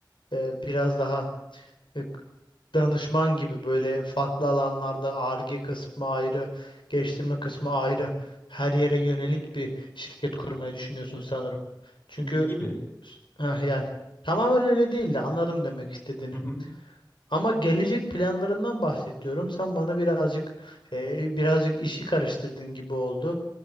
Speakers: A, on the left; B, on the left.
A: e, biraz daha e, danışman gibi böyle farklı alanlarda Ar-Ge kısmı ayrı, geliştirme kısmı ayrı her yere yönelik bir şirket kurmayı düşünüyorsun sanırım. Çünkü
B: Gibi.
A: Heh, yani tamamen öyle değildi anladım demek istediğini.
B: Hı hı.
A: Ama gelecek planlarından bahsediyorum. Sen bana birazcık e, birazcık işi karıştırdın gibi oldu.